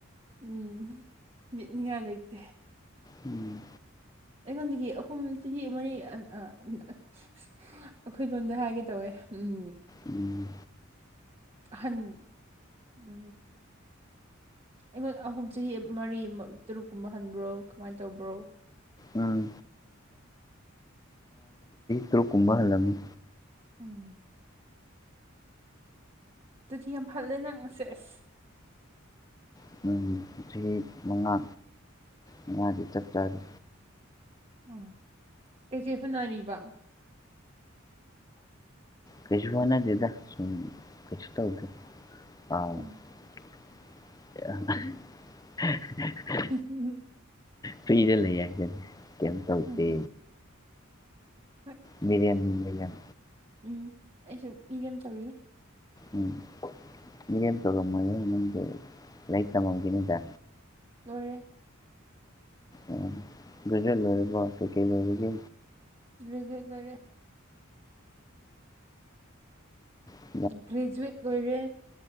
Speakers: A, on the right; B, on the left.
A: ꯎꯝ ꯌꯦꯠꯅꯤꯡꯉꯥꯏ ꯂꯩꯇꯦ
B: ꯎꯝ
A: ꯑꯩꯉꯣꯟꯗꯒꯤ ꯑꯍꯨꯝ ꯆꯍꯤ ꯃꯔꯤ ꯑꯩꯈꯣꯏ ꯂꯣꯝꯗ ꯍꯥꯏꯒꯦ ꯇꯧꯋꯦ ꯎꯝ
B: ꯎꯝ
A: ꯍꯍꯟ ꯎ ꯑꯩꯉꯣꯟ ꯑꯍꯨꯝ ꯆꯍꯤ ꯃꯔꯤ ꯇꯔꯨꯛꯀꯨꯝꯕ ꯍꯟꯕ꯭ꯔꯣ ꯀꯃꯥꯏꯅ ꯇꯧꯕ꯭ꯔꯣ
B: ꯎꯝ ꯇꯨ ꯀꯨꯝꯕ ꯍꯜꯂꯝ
A: ꯎꯝ ꯑꯗꯨꯗꯤ ꯌꯥꯝ ꯐꯜꯂꯦ ꯅꯪꯁꯦ ꯑꯁ
B: <unintelligible> ꯆꯍꯤ ꯃꯉꯥ ꯃꯉꯥꯗꯤ ꯆꯞꯆꯥꯔꯦ
A: ꯑꯣ ꯀꯩꯀꯩ ꯍꯣꯠꯅꯔꯤꯕ
B: ꯀꯩꯖꯨꯅ ꯗꯦꯗ ꯁꯨꯝꯁꯨ ꯇꯧꯗ ꯑꯥ
A: ꯎꯝ ꯍꯝ ꯍ ꯍ
B: ꯐꯨꯤꯔ ꯂꯩ ꯍꯥꯏꯒꯅꯤ ꯀꯩꯝ ꯇꯧꯁꯦ
A: ꯎꯝ ꯍꯣꯏ
B: ꯃꯂꯟ ꯃꯂꯌꯟ
A: ꯎꯝ ꯑꯩꯁꯨ ꯃꯤꯅꯦꯦꯝ ꯇꯧꯔꯤ
B: ꯎꯝ ꯃꯤꯔꯦꯝ ꯇꯧꯔꯝꯃ ꯅꯪꯒꯤ ꯂꯥꯏꯔꯤꯛ ꯇꯝꯃꯝꯒꯤꯅꯤꯗ
A: ꯂꯣꯏꯔꯦ
B: ꯎꯝ ꯑꯗꯨꯗ ꯂꯔꯦꯀꯣ ꯀꯩ ꯀꯩ ꯂꯩꯔꯒ
A: ꯭ꯔꯤꯖꯨꯌꯦꯠꯦ
B: ꯎ
A: ꯒ꯭ꯔꯦꯖꯨꯋꯦꯠ ꯑꯣꯏꯔꯦ